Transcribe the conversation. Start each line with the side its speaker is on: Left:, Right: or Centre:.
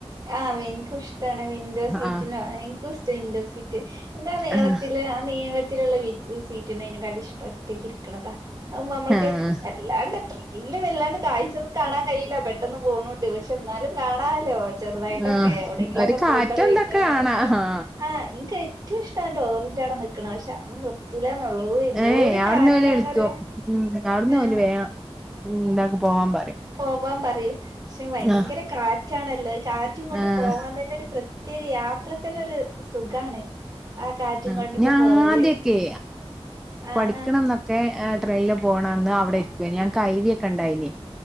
Right: ആഹ് എനിക്ക് ഇഷ്ടാണ് വിൻഡോ സീറ്റിനോ
Centre: ആഹ്
Right: എനിക്കും ഇഷ്ടാ വിൻഡോ സീറ്റ് ന്റ നീളത്തില്
Centre: ആഹ്
Right: ആ നീളത്തിലുള്ള വി സീറ്റ് ഇണ്ടങ്കില് എനക്ക് ഇഷ്ടാ ഒറ്റക്കരിക്കണത അതാവുമ്പ അമ്മൾക്ക്
Centre: ആഹ്
Right: അല്ലാണ്ട് ട്രെയിനില് വല്ലാണ്ട് കായ്ചൊന്നും കാണാൻ കയില്ല പെട്ടെന്ന് പോണോണ്ട് പക്ഷെ എന്നാലും കാണാല്ലോ ചെറുതായിട്ടൊക്കെ
Centre: ആഹ്
Right: എവിടെങ്കിലൊക്ക
Centre: ഒരു കാറ്റും
Right: പൂക്കള് വിരിഞ്ഞത്
Centre: ഇതൊക്കെ കാണാ ആഹ്
Right: ആഹ് ഇ റ്റവും ഇഷ്ടം ആ ഡോറിന്റ അട നിക്കണ പക്ഷേ അവര് നിർ <unintelligible> എന്തോരു
Centre: ഏഹ് അവിടുന്ന്
Right: കാറ്റാന്നറിയുവോ
Centre: ഓല് വിളിക്കും ഉം അവിടുന്ന്
Right: ആഹ്
Centre: ഓല് വേഗം ഉം ഇതാക്ക് പോവാൻ പറയും
Right: പോവാൻ പറയും പക്ഷെ ഭയങ്കര
Centre: ആഹ്
Right: കാറ്റാണല്ലോ കാറ്റും കൊണ്ട്
Centre: ആഹ്
Right: പോവാൻ തന്നെ ഒരു പ്രത്യേക യാത്രക്കന്നെ ഒരു സുഖാണ് ആ കാറ്റും
Centre: ഉം
Right: കൊണ്ടൊക്കെ
Centre: ഞാൻ
Right: പോവല്
Centre: ആദ്യൊക്കെ
Right: ആ
Centre: പഠിക്കണം
Right: ആ
Centre: എന്നൊക് ക്കെ ട്രെയിനിൽ പോണന്ന് അവ്ടെ ഇരിക്കുവ ഞങ്ങക്ക് കൈവിയൊക്കെ ഉണ്ടായ്നി